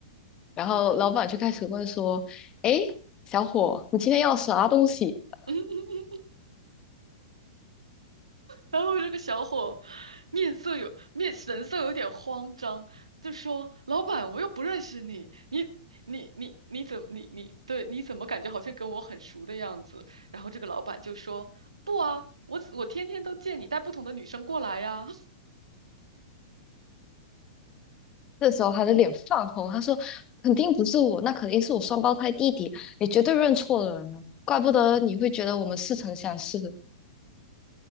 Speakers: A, on the left; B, on the right.
A: 然后老板就开始问说：“哎，小伙，你今天要啥东西？”
B: <laughs> 然后这个小伙面色有面神色有点慌张，就说：“老板，我又不认识你，你你你你怎么你你对你怎么感觉好像跟我很熟的样子？”然后这个老板就说：“不啊，我我天天都见你带不同的女生过来呀。”
A: 这时候他的脸泛红，他说：“肯定不是我，那肯定是我双胞胎弟弟，你绝对认错了人了，怪不得你会觉得我们似曾相识。”